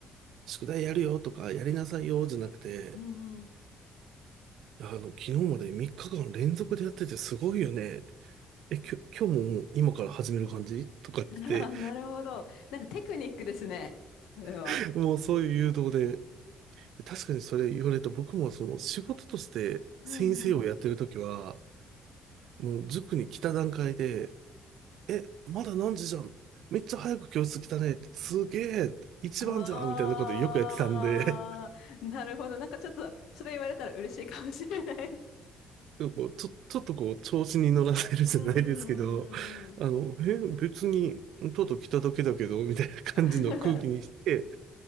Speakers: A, on the right (about 75°); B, on the left (about 85°).
A: 宿題やるよとか、やりなさいよ、じゃなくて、
B: うんうん。
A: いやあの、昨日まで3日間連続でやっててすごいよね。え、きょ、今日ももう今から始める感じとかって
B: ああ、なるほど。なんかテクニックですね。それは。
A: 言って、もうそういう誘導で、確かにそれ言われると僕もその仕事として先生をやってるときは、
B: うんうん。
A: もう塾に来た段階で、え、まだ何時じゃん。めっちゃ早く教室来たねって。すげえ。一番じゃんみたいなことよくやってたんで、
B: ああ、なるほど。なんかちょっと、それ言われたら嬉しいかもしれない。
A: <laughs> でもこう、ちょ、ちょっとこう、調子に乗らせるじゃないですけど、
B: うんうんうんうん
A: あの、え、別に、ちょっと来ただけだけど、みたいな感じの空気にして、
B: うん。<laughs>